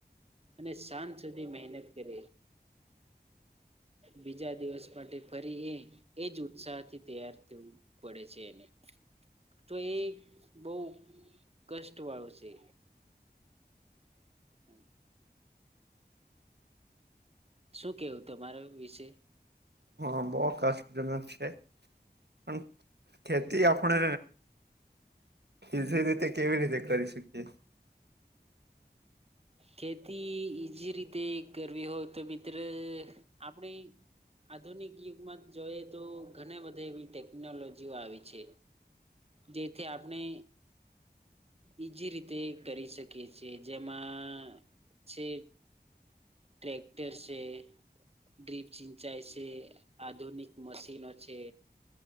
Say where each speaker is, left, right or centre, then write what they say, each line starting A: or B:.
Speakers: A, on the right; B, on the right.
A: અને સાંજ સુધી મહેનત કરે બીજા દિવસ માટે ફરી એ એજ ઉત્સાહથી તૈયાર થવું પડે છે એને તો એ બઉ કષ્ટ વાળું છે હમ શું કેવું તમારા વિશે?
B: હા બો કાસજનક છે પણ ખેતી આપણે ઇઝી રીતે કેવી રીતે કરી શકીએ?
A: ખેતી ઈજી રીતે કરવી હોય તો મિત્ર આપણે આધુનિક યુગમાં જોઈએ તો ઘણી બધા એવી ટેકનોલોજીઓ આવી છે જેથી આપણે ઈજી રીતે કરી શકીએ છે જે માં છે ટ્રેક્ટર છે ડ્રીપ સિંચાઈ છે આધુનિક મશીનો છે